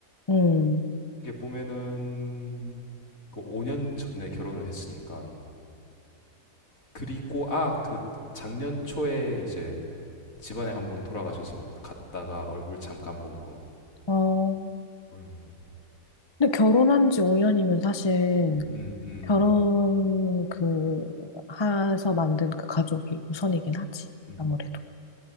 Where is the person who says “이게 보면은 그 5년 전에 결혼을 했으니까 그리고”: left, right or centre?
Left